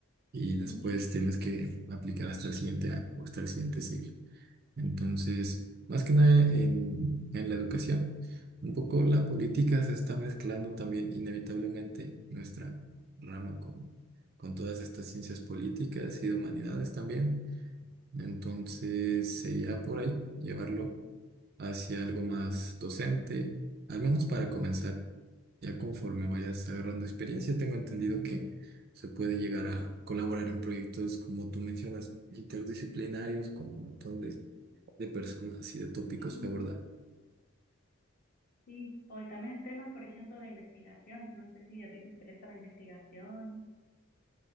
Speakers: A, on the right; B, on the left.
A: y después
B: ujú.
A: tienes que aplicar hasta el siguiente año o hasta el siguiente ciclo. Entonces, más que nada en, en la educación, un poco la política se está mezclando también inevitablemente nuestra rama con, con todas estas ciencias políticas y de humanidades también. Entonces, sería por ahí llevarlo hacia algo más docente, al menos para comenzar. Ya conforme vayas agarrando experiencia, tengo entendido que se puede llegar a colaborar en proyectos, como tú mencionas, interdisciplinarios, con un montón de de personas y de tópicos
B: Sí,
A: que abordar.
B: sí. O y también en temas, por ejemplo, de investigación. No sé si a ti te interesa la investigación.